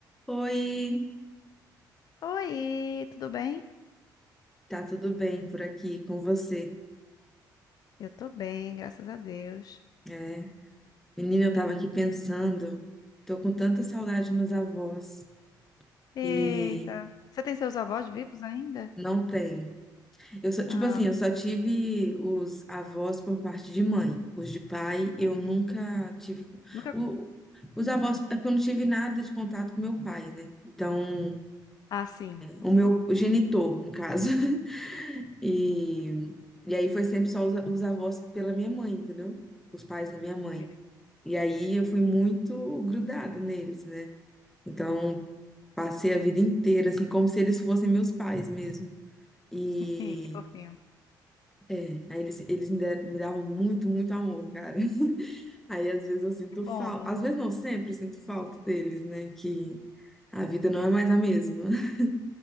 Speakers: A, in the centre; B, on the left (about 55°).
A: Oi,
B: Oi, tudo bem?
A: tá tudo bem por aqui com você?
B: Eu tô bem, graças a Deus.
A: É, menina, eu tava aqui pensando, tô com tanta saudade dos meus avós
B: Eita,
A: e
B: você tem seus avós vivos ainda?
A: não tenho. Eu só, tipo
B: Ah,
A: assim, eu só tive os avós por parte de mãe, os de pai eu nunca tive.
B: nunca.
A: o- os avós, é porque eu não tive nada de contato com meu pai, né? Então,
B: Ah, sim. Uhum.
A: o meu genitor, no caso. <laughs> E, e aí foi sempre só os, os avós pela minha mãe, entendeu? Os pais da minha mãe.
B: Vini.
A: E aí eu fui muito grudada neles, né? Então passei a vida inteira, assim, como se eles fossem meus pais mesmo. E
B: Ih, Que fofinho.
A: é, aí eles, eles me deram- me davam muito, muito amor, cara. <laughs> Aí às vezes eu sinto
B: Que bom.
A: falta, às vezes não, sempre eu sinto falta deles, né? Que a vida não é mais a mesma. <laughs>